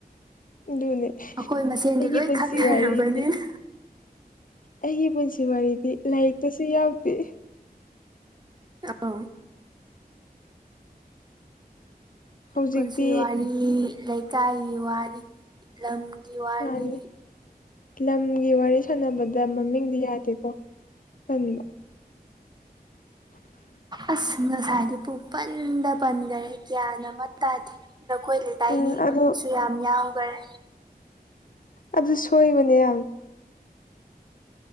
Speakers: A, on the left; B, on the right.
A: ꯑꯗꯨꯅꯦ
B: ꯑꯩꯈꯣꯏ ꯃꯁꯦꯟꯗꯤ
A: ꯑꯩꯒꯤ
B: ꯂꯣꯏ
A: ꯄꯨꯟꯁꯤ
B: ꯈꯪꯅꯔꯕꯅꯤꯅ
A: ꯋꯥꯔꯤꯗꯤ ꯑꯩꯒꯤ ꯄꯨꯟꯁꯤ ꯋꯥꯔꯤꯗꯤ ꯂꯥꯏꯔꯤꯛꯇꯁꯨ ꯌꯥꯎꯗꯦ
B: ꯑ
A: ꯍꯧꯖꯤꯛꯇꯤ
B: ꯄꯨꯟꯁꯤ ꯋꯥꯔꯤ ꯂꯩꯀꯥꯏꯒꯤ ꯋꯥꯔꯤ ꯂꯝꯒꯤ ꯋꯥꯔꯤ
A: ꯃꯥꯅꯦ ꯂꯝꯒꯤ ꯋꯥꯔꯤ ꯁꯥꯟꯅꯕꯗ ꯃꯃꯤꯡꯗꯤ ꯌꯥꯗꯦꯀꯣ ꯇꯟꯕ
B: ꯑꯁ ꯉꯁꯥꯏꯗꯤ ꯄꯨꯡꯄꯟꯗ ꯄꯟꯈꯔꯦ ꯒ꯭ꯌꯥꯟ ꯑꯃ ꯇꯥꯗꯦ ꯑꯗ ꯑꯩꯈꯣꯏ ꯂꯩꯀꯥꯏꯒꯤ
A: ꯎꯝ ꯑꯗꯨ
B: ꯃꯃꯤꯡꯁꯨ ꯌꯥꯝ ꯌꯥꯎꯈꯔꯦ
A: ꯑꯗꯨ ꯁꯣꯏꯕꯅꯦ ꯌꯥꯝ